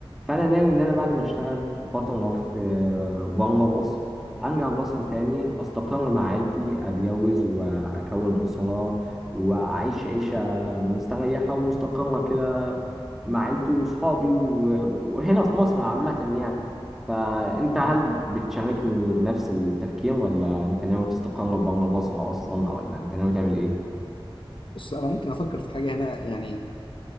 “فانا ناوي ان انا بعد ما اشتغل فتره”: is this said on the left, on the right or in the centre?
Centre